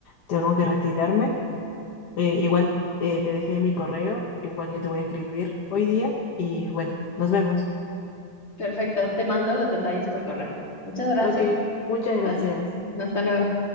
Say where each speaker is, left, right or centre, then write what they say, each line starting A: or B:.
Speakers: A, on the left (about 65°); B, on the left (about 35°).
A: Tengo que retirarme. eh, igual eh, te dejé mi correo, igual yo te voy a escribir hoy día y bueno, nos vemos.
B: Perfecto, te mando los detalles por correo. Muchas gracias.
A: Ok, muchas gracias.
B: Ah, hasta luego.